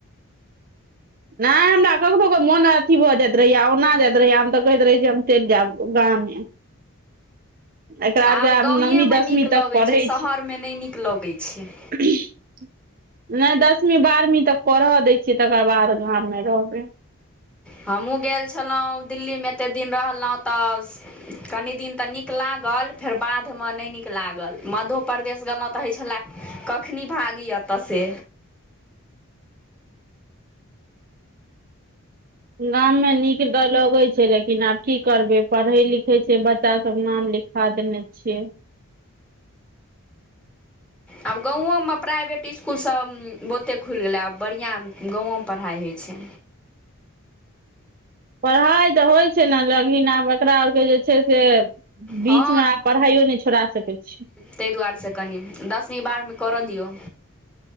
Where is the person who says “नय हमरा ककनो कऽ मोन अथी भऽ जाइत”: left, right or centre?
Right